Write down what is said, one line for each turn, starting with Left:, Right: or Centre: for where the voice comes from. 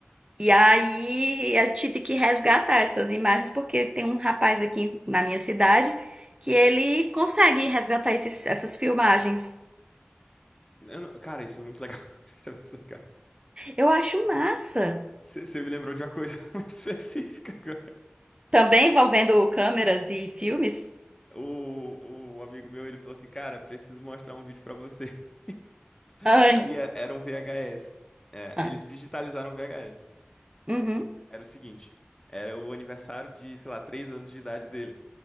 Right: E aí eu tive que resgatar essas imagens, porque tem um rapaz aqui na minha cidade que ele consegue resgatar esses- essas filmagens.
Left: Eu não- Cara, isso é muito legal. <laughs> Isso é muito legal.
Right: Eu acho massa.
Left: Você você me lembrou de uma coisa <laughs> muito específica agora.
Right: Também envolvendo câmeras e filmes.
Left: O, o amigo meu, ele falou assim, cara, preciso mostrar um vídeo pra você. <laughs>
Right: Ai.
Left: Aí é- era um VHS. É,
Right: Ah.
Left: aí eles digitalizaram o VHS.
Right: Uhum.
Left: Aí o- era o seguinte, era o aniversário de, sei lá, três anos de idade dele.